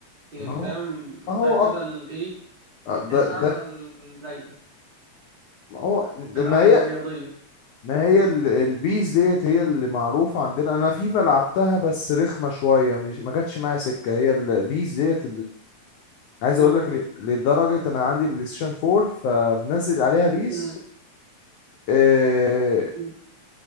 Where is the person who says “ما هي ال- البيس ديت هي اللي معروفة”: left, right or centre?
Left